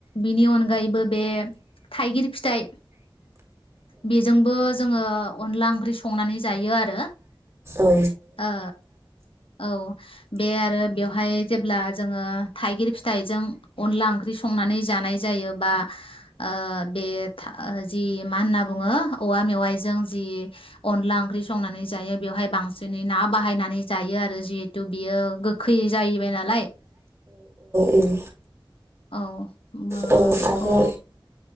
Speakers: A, on the left; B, on the right.
A: बिनि अनगायैबो बे थाइगिर फिथाइ बेजोंबो जोङो अनला ओंख्रि संनानै जायो आरो
B: औ
A: ओ औ बे आरो बेवहाय जेब्ला जोङो थाइगिर फिथाइजों अनला ओंख्रि संनानै जानाय जायो बा ओ बे था जि मा होनना बुङो औवा मेवाइजों जि अनला ओंख्रि संनानै जायो बेवहाय बांसिनै ना बाहायनानै जायो आरो जिहेतु बियो गोखै जायैबाय नालाय
B: उम
A: औ मो
B: औ
A: बेखौ
B: आरो